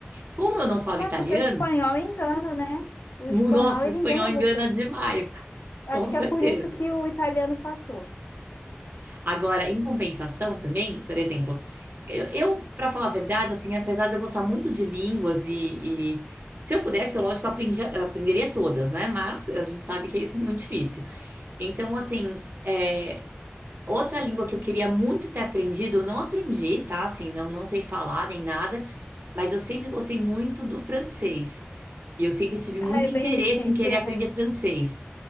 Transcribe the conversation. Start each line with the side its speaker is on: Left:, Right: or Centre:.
Right: Como eu não falo italiano,
Left: É porque o espanhol engana, né? O
Right: mu-
Left: espanhol,
Right: nossa,
Left: ele
Right: o espanhol
Left: engana
Right: engana
Left: você.
Right: demais, <laughs>
Left: Eu
Right: com
Left: acho
Right: certeza.
Left: que é por isso que o italiano passou.
Right: Agora, em compensação também, por exemplo, eu, eu para falar a verdade, assim, apesar de eu gostar muito de línguas e, e se eu pudesse, eu, lógico, aprendi, aprenderia todas, né? Mas a gente sabe que isso é muito difícil. Então, assim, é, Outra língua que eu queria muito ter aprendido, eu não aprendi, tá? Assim, não, não sei falar nem nada, mas eu sempre gostei muito do francês. E eu sempre tive
Left: Ah,
Right: muito
Left: é
Right: interesse
Left: bem chique,
Right: em querer aprender
Left: né?
Right: francês.